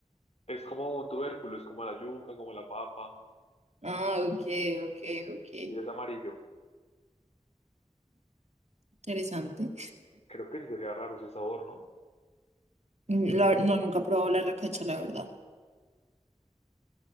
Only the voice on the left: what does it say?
Es como un tubérculo, es como la yuca, como la papa,
y es amarillo.
Creo que sí sería raro ese sabor, ¿no?